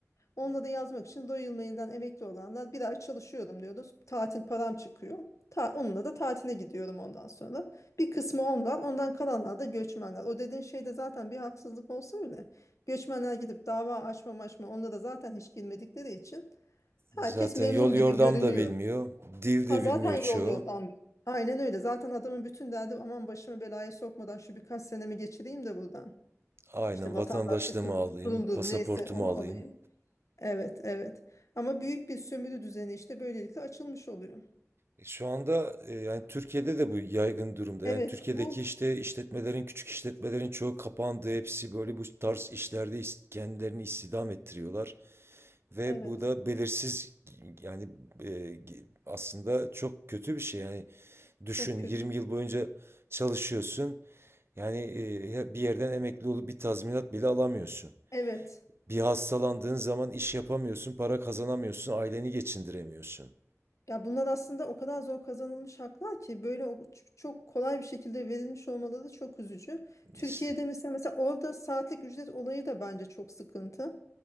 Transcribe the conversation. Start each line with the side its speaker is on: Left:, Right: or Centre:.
Left: Onunla da yazmak için Royal Mail'den emekli olanlar bir ay çalışıyorum diyoruz. Tatil param çıkıyor. Ta, onunla da tatile gidiyorum ondan sonra. Bir kısmı onlar, ondan kalanlar da göçmenler. O dediğin şeyde zaten bir haksızlık olsa bile göçmenler gidip dava açma açma onda da zaten hiç girmedikleri için herkes
Right: Zaten
Left: memnun
Right: yol yordam
Left: gibi görünüyor.
Right: da bilmiyor. Dil de
Left: Ha zaten
Right: bilmiyor
Left: yol
Right: çoğu.
Left: yordan. Aynen öyle. Zaten adamın bütün derdi aman başımı belaya sokmadan şu birkaç senemi geçireyim de buradan.
Right: Aynen
Left: İşte vatandaşlıktır,
Right: vatandaşlığımı alayım,
Left: kurumdur
Right: pasaportumu
Left: neyse onu
Right: alayım.
Left: alayım. Evet, evet. Ama büyük bir sömürü düzeni işte böylelikle açılmış oluyor.
Right: E, Şu anda e, yani Türkiye'de de bu yaygın durumda.
Left: Evet,
Right: Yani Türkiye'deki
Left: bu
Right: işte işletmelerin, küçük işletmelerin çoğu kapandı. Hepsi böyle bu tarz işlerde is- kendilerini istihdam ettiriyorlar. Ve
Left: evet
Right: bu da belirsiz yani e, ge- aslında çok kötü bir şey. Yani düşün
Left: çok kötü.
Right: 20 yıl boyunca çalışıyorsun. Yani e, bir yerden emekli olup bir tazminat bile alamıyorsun.
Left: Evet.
Right: Bir hastalandığın zaman iş yapamıyorsun, para kazanamıyorsun, aileni geçindiremiyorsun.
Left: Ya bunlar aslında o kadar zor kazanılmış haklar ki böyle o- ç- çok kolay bir şekilde verilmiş olmaları da çok üzücü. Türkiye'de
Right: İşte.
Left: mesela mesela orada saatlik ücret olayı da bence çok sıkıntı.